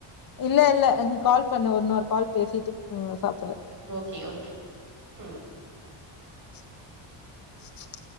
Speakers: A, on the left; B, on the right.
A: இல்ல இல்ல கால் பண்ணு இன்னொரு கால் பேசிட்டு சாப்ட் சொல்லு
B: கி ஓகே ம்
A: <inaudible>